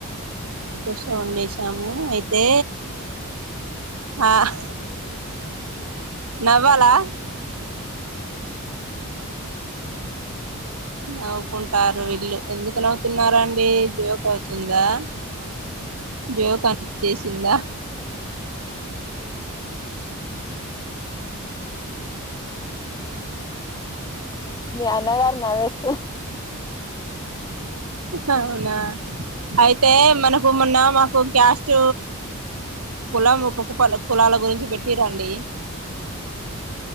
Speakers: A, on the right; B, on the left.
A: పోశా వండేసి తాము అయితే ఆహ్ నవ్వాలా నవ్వుకుంటారు ఇళ్ళు ఎందుకు కు నవుతున్నారండి జోక్ ఉందా జోక్ అంట చేసిందా
B: మీ అన్నగారు నవ్వెస్
A: అవునా అయితే మనకు మొన్న మాకు మాకు క్యాస్ట్ కులం పప్పు ప కులాల గురించి పెట్టి రండి